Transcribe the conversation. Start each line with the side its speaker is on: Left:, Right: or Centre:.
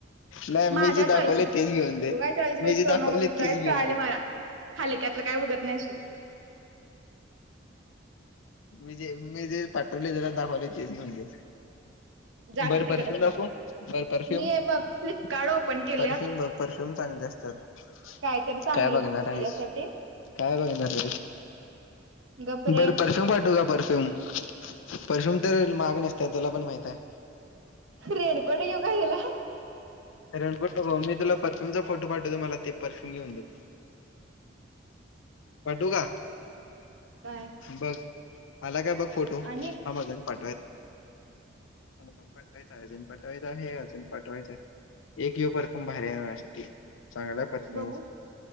Left: नाही
Right: माझ्या
Left: मी जे दाखवले
Right: चॉईस न
Left: तेच घेऊन दे
Right: तू काय चॉईस बेच
Left: मी जे
Right: करू
Left: दाखवले
Right: नको तू चॉईस
Left: तेच घेऊन
Right: कळाली
Left: दे
Right: मला हलक्यातलं काय बघत नाहीस तू
Left: मी जे मी जे पाठवले तुला दाखवले तेच घेऊन दे
Right: जा
Left: बर
Right: की तिकडं
Left: परफ्युम दाखवू बर परफ्यूम
Right: मी हे बघ फ्लिपकार्ट ओपन केले
Left: परफ्युम बघ पर फ्युम चांगले असतात
Right: काय तरी चांगलं
Left: काय बघणार
Right: बघतो
Left: आहेस
Right: तुझ्यासाठी
Left: काय बघणारे
Right: गप रे
Left: बरं परफ्युम पाठवू का परफ्युम परफ्यूम तर महाग नसते तुला पण माहितीये.
Right: रेनकोट घेऊ का तूला
Left: रेनकोट नको मी तुला परफ्यूम चा फोटो पाठवतो मला ते परफ्युम घेऊन दे. <inaudible> पाठवू का
Right: काय
Left: बघ आलाय काय बघ फोटो
Right: आणि
Left: थांब अजून पाठवायचाय हा बघ अजून पाठवायच आहे अजून पाठवायचं हे अजून पाठवायचंय. एक ह्यो परफ्युम भारी हाय माझ्यासाठी चांगला आहे. परफ्यूम
Right: बघू